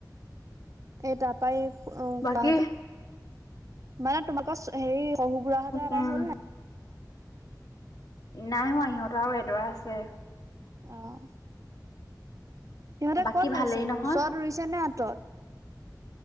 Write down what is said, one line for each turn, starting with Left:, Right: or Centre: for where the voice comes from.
Right: এই তাৰ পৰাই খুৰা
Left: বাকী
Right: হঁতৰ মানে তোমালোক হেৰি শহুবুঢ়া হতৰ আদায়
Left: উম
Right: হ'ল‌ নাই?
Left: নাই হোৱা ইিহঁতৰ আৰু এডৰা আছে।
Right: অ' সিহঁতে
Left: বাকী
Right: ক'ত
Left: ভালেই
Right: ৰুইছেনো
Left: নহয়
Right: ওচৰত ৰুইছে নে আঁতৰত?